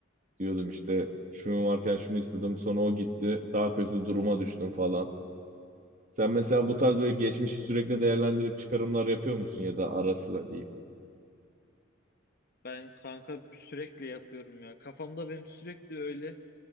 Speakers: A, on the right; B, on the left.
A: Diyordum işte şunu varken şunu istiyordum sonra o gitti daha kötü duruma düştüm falan. Sen mesela bu tarz böyle geçmişi sürekli değerlendirip çıkarımlar yapıyor musun ya da ara sıra diyeyim.
B: Ben kanka sürekli yapıyorum ya. Kafamda benim sürekli öyle